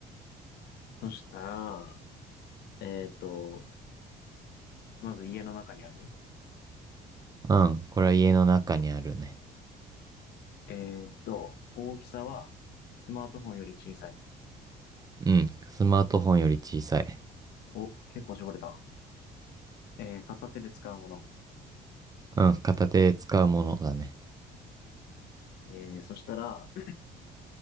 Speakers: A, on the left; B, on the right.
A: そしたら、えっと、まず家の中にある。
B: うん、これは家の中にあるね。
A: えっと、大きさはスマートフォンより小さい。
B: うん、スマートフォンより小さい。
A: お、結構絞れた。えー片手で使うもの。
B: うん、片手で使うものだね。
A: えーそしたら、